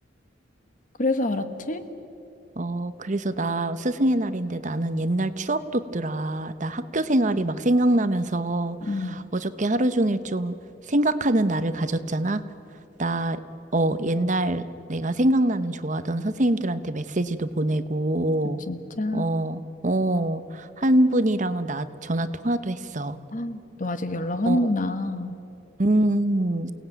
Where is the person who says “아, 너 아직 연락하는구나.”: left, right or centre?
Left